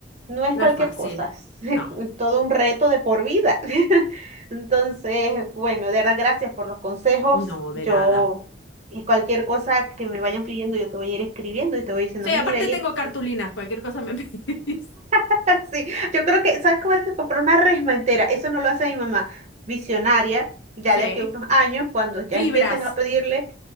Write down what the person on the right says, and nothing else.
no es
cualquier
cosa, <laughs> es
todo un reto de por vida. <laughs> Entonces, bueno, de verdad gracias por los consejos.
Yo
y cualquier cosa que me vayan pidiendo, yo te voy a ir escribiendo y te voy diciendo,
mira, y
esto.
<laughs> Sí, yo creo que, ¿sabes cómo se compró una resma entera? Eso no lo hace mi mamá. Visionaria, ya
de aquí a unos años, cuando ya
empiecen a pedirle,